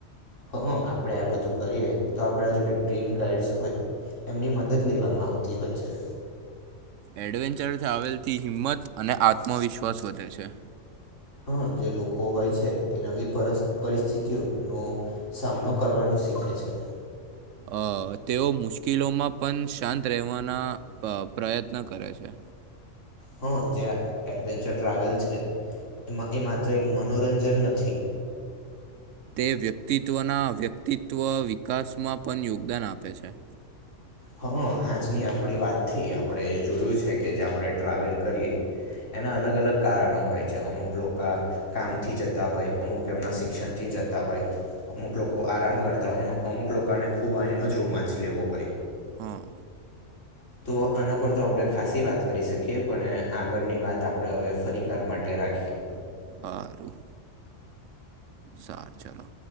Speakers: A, on the left (about 85°); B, on the right (about 85°).
A: હ આપડે આ બધું કરીએ તો આપણા જોડે ટ્રેન ગાઈડસ હોય... એમની મદદ લેવામાં આવતી હોય છે.
B: એડવેન્ચર ટ્રાવેલથી હિંમત અને આત્મવિશ્વાસ વધે છે.
A: હા જે લોકો હોય છે એ નવી પર પરિસ્થિતિઓ નો સામનો કરવાનું... શીખે છે.
B: અ તેઓ મુશ્કેલોમાં પણ શાંત રહેવાના પ પ્રયત્ન કરે છે.
A: હ જે એડવેન્ચર ટ્રાવેલ છે. એમાં એ માત્ર એક મનોરંજન નથી.
B: એ વ્યક્તિત્વના વ્યક્તિત્વ વિકાસમાં પણ યોગદાન આપે છે.
A: હા આજની આપડી વાત થી આપણેે એ જોયું છે કે જે આપણે ટ્રાવેલ કરીએ... એના અલગ અલગ કારણો હોય છે, અમુક લોકા કામથી જતા હોય, અમુક એમના શિક્ષણથી... જતા હોય, અમુક લોકો આરામ કરતા હોય, ને અમુક લોકોને ખૂબ એનો જ રોમાંચ લેવો હોય.
B: હા.
A: તો આના પર તો આપણે ખાસી વાત કરી શકીએ, પણ આગળની વાત આપડે હવે ફરીકાર માટે... રાખીએ.
B: આરું સાર ચાલો